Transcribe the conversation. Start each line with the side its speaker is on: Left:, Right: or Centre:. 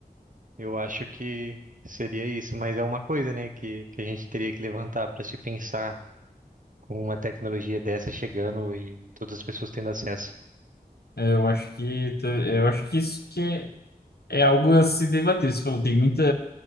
Right: eu acho que seria isso, mas é uma coisa, né, que, que a gente teria que levantar para se pensar com uma tecnologia dessa chegando e todas as pessoas tendo acesso.
Left: É, Eu acho que, eu acho que isso que é É algo a se debater. Você falou, tem muita